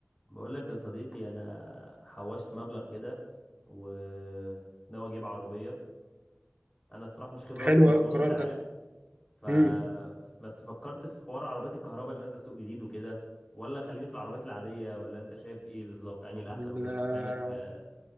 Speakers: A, on the left; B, on the right.
A: بقول لك يا صديقي انا حوشت مبلغ كده وناوي اجيب عربيه انا الصراحه مش خبره
B: حلو
A: قوي في الموضوع
B: قوي القرار
A: ده انت عارف
B: ده
A: ف
B: امم
A: بس فكرت في حوار عربيات الكهرباء اللي نازله سوق جديد وكده ولا خليني في العربيات العاديه ولا انت شايف ايه بالظبط انهي الاحسن
B: لا-
A: وكده بما انك آه،